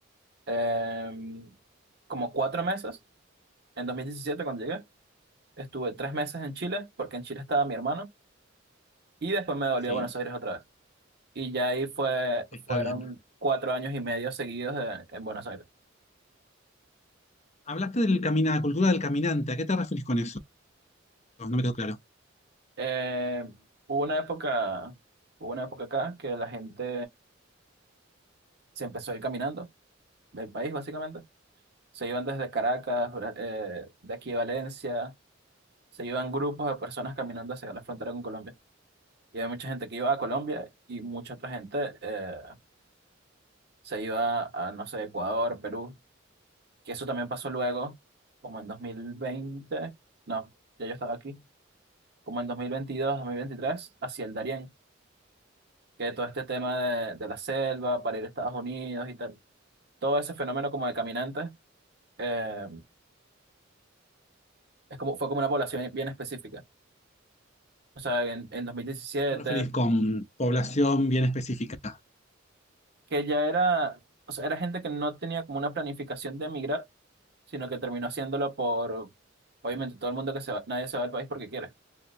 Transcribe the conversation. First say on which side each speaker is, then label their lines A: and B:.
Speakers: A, on the right (about 55°); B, on the left (about 35°).
A: em, como cuatro meses, en 2017 cuando llegué, estuve tres meses en Chile, porque en Chile estaba mi hermano, y después me devolví
B: Sí,
A: a Buenos Aires otra vez. y ya ahí fue,
B: está
A: fueron
B: bien.
A: cuatro años y medio seguidos de- en Buenos Aires.
B: Hablaste del camina, cultura del caminante. ¿A qué te referís con eso? No me quedó claro.
A: Eh, hubo una época, hubo una época acá que la gente se empezó a ir caminando del país, básicamente. Se iban desde Caracas, Bra- eh, de aquí a Valencia, se iban grupos de personas caminando hacia la frontera con Colombia. Y había mucha gente que iba a Colombia y mucha otra gente eh, se iba a, no sé, Ecuador, Perú, que eso también pasó luego, como en dos mil veinte No, ya yo estaba aquí. como en dos dos mil veintidós dos mil veintitrés hacia el Darién, que todo este tema de, de la selva para ir a Estados Unidos y tal. Todo ese fenómeno como de caminantes eh, es como, fue como una población bien específica. O sea, en, en dos mil diecisiete
B: ¿Te referís con población bien específica?
A: que ya era, o sea, era gente que no tenía como una planificación de emigrar, sino que terminó haciéndolo por, obviamente, todo el mundo que se va, nadie se va del país porque quiere.